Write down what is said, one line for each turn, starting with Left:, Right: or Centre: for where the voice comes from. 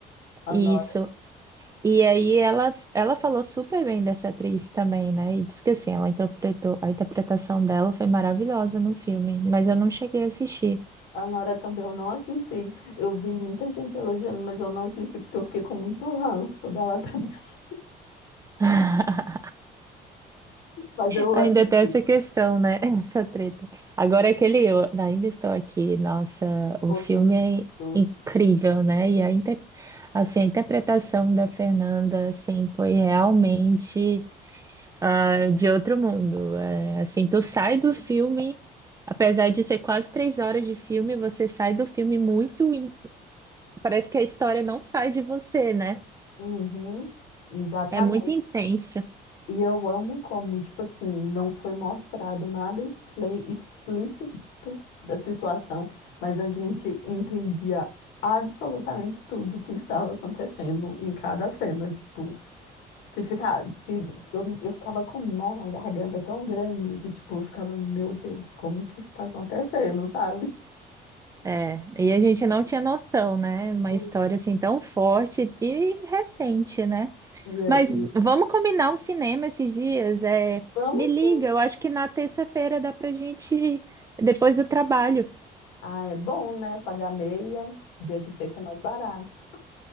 Left: A
Right: Isso.
Left: Nora
Right: E aí ela, ela falou super bem dessa atriz também, né? E disse que assim, ela interpretou, a interpretação dela foi maravilhosa no filme, mas eu não cheguei a assistir.
Left: A Nora também eu não assisti. Eu vi muita gente elogiando, mas eu não assisti porque eu fiquei com muito ranço dela também. <laughs>
Right: <laughs>
Left: Mas eu
Right: Ainda
Left: assisti
Right: tem essa questão, né? <laughs> Essa treta. Agora aquele eu ainda estou aqui. Nossa, o
Left: o
Right: filme
Left: filme
Right: é
Left: do.
Right: incrível, né? E a, inter... assim, a interpretação da Fernanda, assim, foi realmente ah, de outro mundo. É, assim, tu sai do filme, apesar de ser quase três horas de filme, você sai do filme muito. in- Parece que a história não sai de você, né?
Left: Uhum, exatamente.
Right: É muito intensa.
Left: E eu amo como, tipo assim, não foi mostrado nada expli- explícito da situação, mas a gente entendia absolutamente tudo o que estava acontecendo em cada cena, tipo. Se ficar, se, eu, eu ficava com um nó na garganta tão grande que, tipo, eu ficava, meu Deus, como que isso tá acontecendo, <laughs> sabe?
Right: É, e a gente não tinha noção, né? Uma
Left: E,
Right: história assim tão forte e recente, né?
Left: e, aí,
Right: Mas vamos combinar um cinema esses dias. É,
Left: vamos
Right: me liga,
Left: sim.
Right: eu acho que na terça-feira dá pra gente ir, depois do trabalho.
Left: Ah, é bom, né? Pagar meia, dia de terça é mais barato.